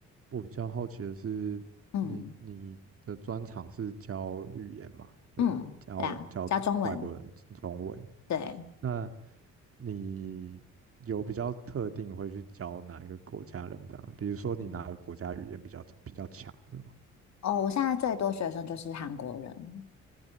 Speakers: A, on the right (about 50°); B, on the left (about 65°).
A: 我比较好奇的是，
B: 嗯
A: 你你的专长是教语言嘛，对不对？
B: 嗯，
A: 教教外国人中文，
B: 对啊，加中文，对。
A: 那你有比较特定会去教哪一个国家人的啊？比如说你哪个国家语言比较比较强的吗？
B: 嗯，哦，我现在最多学生就是韩国人，